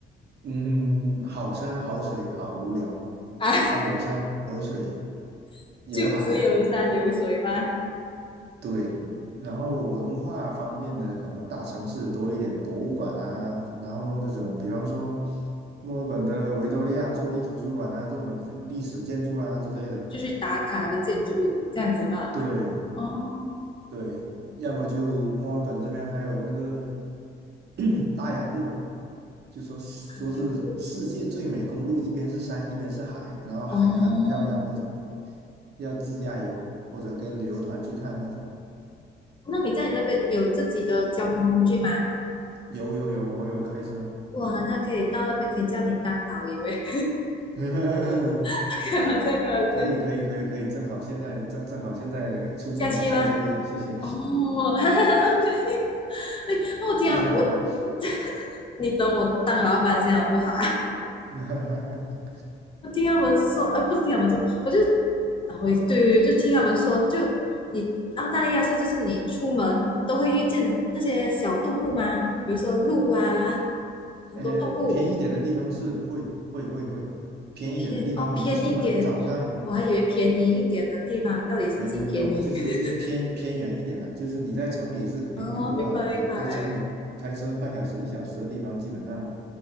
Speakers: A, on the right; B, on the left.
A: 嗯，好山好水好无聊，
B: 啊，
A: 它有山有水
B: <laughs>
A: 有海，
B: 就只有山有水吗？
A: 对。然后文化方面的，可能大城市多一点博物馆啊，然后那种比方说墨尔本的维多利亚州立图书馆啊，这种历史建筑啊之类的，
B: 就是打卡的建筑物这样子吧吗？
A: 对。
B: 哦，
A: 对，要么就墨尔本这边还有那个 <coughs> <clears throat> 大洋路啊，就说说是世界最美公路，
B: 洋路
A: 一边是山，一边是海，然后海很漂亮那种，
B: 哦，
A: 要自驾游或者跟旅游团去看那种。
B: 那你在你那边有自己的交通工具吗？
A: 有有有，我有开车，
B: 哇，那可以到那边可以叫你当导游诶，
A: <laughs>
B: <laughs> 开玩笑，开玩笑，
A: 可以可以可以可以，正好现在正正好现在促进我再就业，
B: 假期吗？
A: 谢谢
B: 哦，<laughs> 哈哈哈没我听到我，
A: <laughs> 谢谢老板。
B: <laughs> 你等我当老板先好不好
A: <laughs>
B: <laughs> 我听他们说，呃，不是听他们说，我就啊，我对对对，就听他们说，就你澳大利亚是就是你出门都会遇见那些小动物吗？比如说鹿啊，很多动物，
A: 呃，偏一点的地方是会会会会偏一点的地方，
B: 哦偏哦偏一点，
A: 你一出门早上
B: 我还以为便宜一点的地方到底是几便宜？
A: 没有没有没有，就是就是偏偏远一点了，
B: <laughs>
A: 就是你在城里是肯定遇不到的。
B: 哦，明白明白，
A: 你在城里开车半小时一小时的地方，基本上